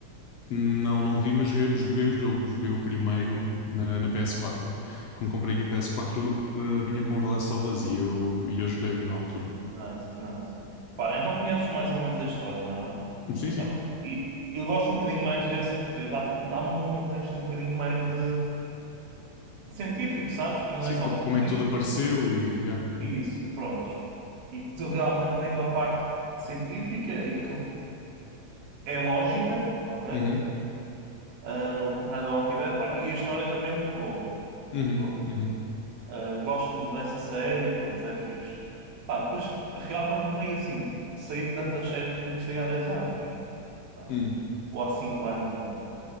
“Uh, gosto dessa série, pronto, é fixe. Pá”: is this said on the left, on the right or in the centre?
Right